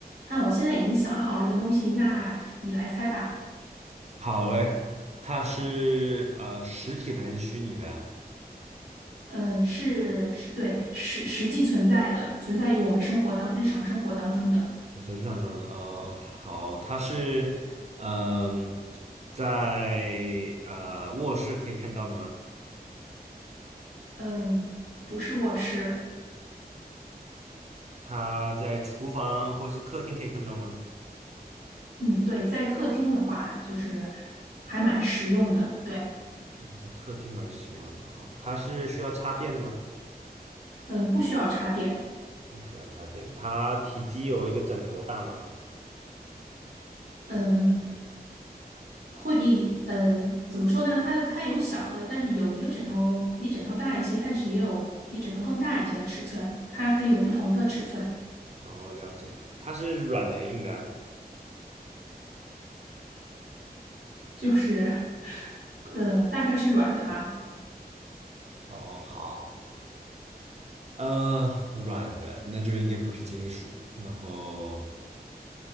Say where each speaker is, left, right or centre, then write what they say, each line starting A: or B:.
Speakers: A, on the right; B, on the right.
A: 啊，我现在已经想好了一个东西，那你来猜吧。
B: 好嘞，它是呃实体的还是虚拟的？
A: 嗯，是是，对，实实际存在的，存在于我们生活当日常生活当中的。
B: 我在日常上的哦，好，它是嗯、在呃卧室可以看到的吗？
A: 嗯，不是卧室。
B: 它在厨房或是客厅可以看到吗？
A: 嗯，对，在客厅的话，就是还蛮实用的。对，
B: 嗯在客厅蛮实用的。好，它是需要插电的吗？
A: 嗯，不需要插电。
B: 不需要插电。它体积有一个枕头大吗？
A: 嗯，会比嗯怎么说呢？它它有小的，但是有一个枕头比枕头大一些，但是也有比枕头更大一些的尺寸，它可以有不同的尺寸。
B: 哦，了解。它是软的还是硬的
A: 就是，嗯，大概是软的吧，
B: 啊哦，好，呃，软的，那就应该不是金属。然后。